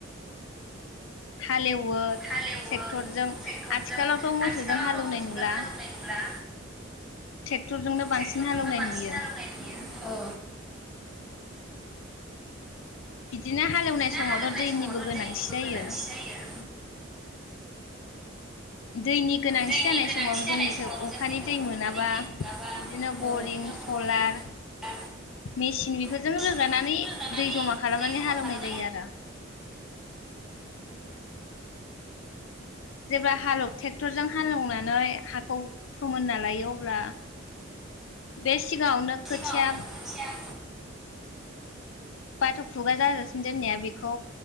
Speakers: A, on the left (about 75°); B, in the centre.
A: हालेवो ट्रेक्टरजों
B: हालेवो ट्रेक्टरजों
A: आथिखालावथ मोसौजों
B: आथिखालावथ'
A: हालेवनाय
B: मोसौजों
A: नुला
B: हालेवनाय नुला
A: ट्रेक्टरजोंनो बांसिन
B: ट्रेक्टरजोंनो
A: हालौनाय
B: बांसिन
A: नुयो
B: हालेवनाय नुयो
A: बिदिनो हालेवनाय
B: बिदिनो
A: समावथ
B: हालेवनाय
A: दैनिबो
B: समावथ'
A: गोनांथि
B: दैनिबो
A: जायो
B: गोनांथि जायो
A: दैनि गोनांथि
B: दैनि
A: जानाय
B: गोनांथि
A: समाव
B: जानाय
A: जोंनिखै
B: समाव
A: अखानि
B: जोंनिखौ
A: दै मोनाबा
B: अखानि दै मोनाबा
A: बिदिनो बरिं
B: बरिं
A: सलार
B: बा
A: मेसिन बेफोरजों
B: मेचिननिखौ
A: रोगानानै
B: रोगानानै
A: दै जमा खालामनानै
B: दै जमा
A: हालेवनाय
B: खालामनानै
A: जायो आरो जेब्ला हालौ ट्रेक्टरजों हालेवनानै हाखौ फोमोनना लायो अब्ला बे सिगाङावनो खोथिया
B: सिगाङावनो खोथिया
A: बाथ खुगा जाजासिम दोननाया बेखौ